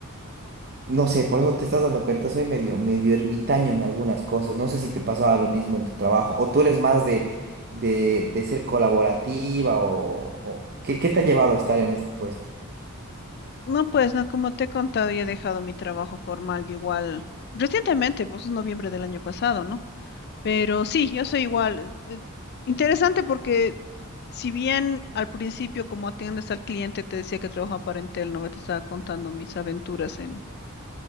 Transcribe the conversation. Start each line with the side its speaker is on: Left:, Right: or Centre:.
Right: No sé, por eso te estás dando cuenta, soy medio, medio ermitaño en algunas cosas. No sé si te pasaba lo mismo en tu trabajo, o tú eres más de, de, de ser colaborativa, o, o- ¿qué, qué te ha llevado a estar en este puesto?
Left: No, pues, no, como te he contado, yo he dejado mi trabajo formal, yo igual, recientemente, pues, en noviembre del año pasado, ¿no? Pero sí, yo soy igual. eh, eh, Interesante porque si bien al principio como atiendes al cliente te decía que trabajaba para Entel, no me te estaba contando mis aventuras en,